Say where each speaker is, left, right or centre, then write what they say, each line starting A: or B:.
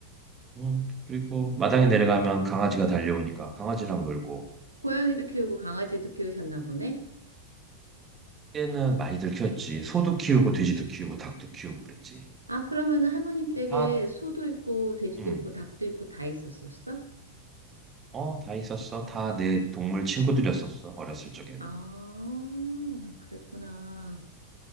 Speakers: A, on the right; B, on the right.
A: 음 그리고 마당에 내려가면 강아지가 달려오니까 강아지랑 놀고
B: 고양이도 키우고 강아지도 키우셨나 보네?
A: 때는 많이들 키웠지 소도 키우고 돼지도 키우고 닭도 키우고 그랬지
B: 아, 그러면은 할머님 댁에
A: 다
B: 소도 있고, 돼지도
A: 음
B: 있고, 닭도 있고, 다 있었었어?
A: 어 다 있었어 다 내 동물 친구들이었었어 어렸을 적에는
B: 아, 그랬구나.